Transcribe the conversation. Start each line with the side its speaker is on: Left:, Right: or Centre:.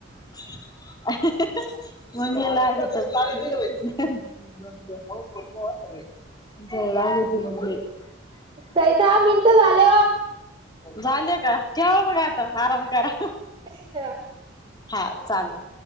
Left: आ हं हं हं मंग लय लाडाचे आहेत मंग काय आहो कीरकोळ आहे सगळे... बोलालती म्हणले
Right: ताई दहा मिनटं झाले.
Left: झाले का ठेवा मग आता आराम करा.
Right: ठेवा.
Left: हा चालन.